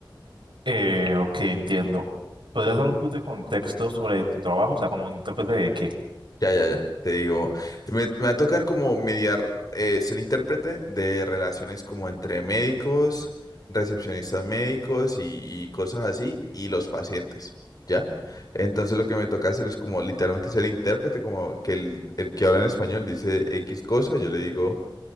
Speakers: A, on the right (about 80°); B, on the left (about 50°).
A: Eh, ok, entiendo. ¿Podrías dar un poquito de contexto sobre tu trabajo? O sea, como intérprete de qué.
B: Ya, ya, ya, te digo. Me, me va a tocar como mediar, eh, ser intérprete de relaciones como entre médicos, recepcionistas médicos y, y cosas así, y los pacientes, ¿ya? Entonces lo que me toca hacer es como literalmente ser intérprete, como que el, el que habla en español dice X cosa, yo le digo